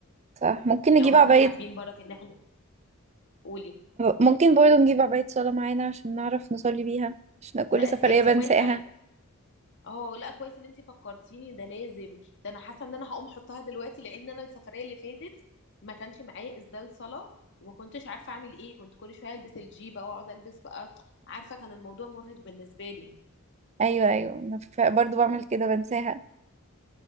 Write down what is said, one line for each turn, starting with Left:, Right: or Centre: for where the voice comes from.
Right: صح ممكن نجيب
Left: لو مثلا
Right: عباية
Left: حابين برك ان احنا قولي
Right: ممكن برضه نجيب عباية صلاة معانا عشان نعرف نصلي بيها عشان كل
Left: ده
Right: سفرية
Left: اساسي
Right: بنساها
Left: كويس على فكرة اه لا كويس ان انتي فكرتيني ده لازم ده انا حاسه ان انا هقوم احطها دلوقتي لان انا السفريه اللي فاتت ما كانش معايا اسدال صلاه وما كنتش عارفه اعمل ايه كنت كل شويه البس الجيبه واقعد البس بقى عارفه كان الموضوع مرهق بالنسبه لي
Right: ايوه ايوه انا ف- برضو بعمل كده بنساها